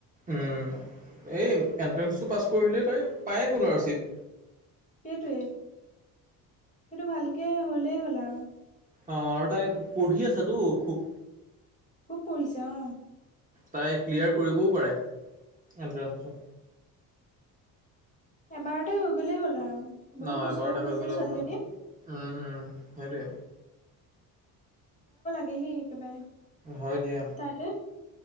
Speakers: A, on the right; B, on the left.
A: এই এণ্ট্ৰেঞ্চটো পাছ কৰিলে তাই পায়ে গ'ল আৰু ছিট
B: সেইটোৱে সেইটো ভালকে হলেই হ'ল আৰু
A: অ আৰু তাই পঢ়ি আছ ো খুব
B: খুব পৰিঢ়ছে অ
A: তাই ক্লিয়াৰ কৰিবও পাৰে এণ্ট্ৰঞ্চটো
B: এবাৰতে হৈ গ'লেই হ'ল আৰু
A: ন
B: বহুত কষ্টও
A: এবাৰতে
B: কৰিছে
A: হৈ গ'লে
B: ছোৱালীজনী
A: ভাল উম উম হেৰি
B: লেহে একেবাৰে
A: হৈ দিয়া
B: তাইলৈ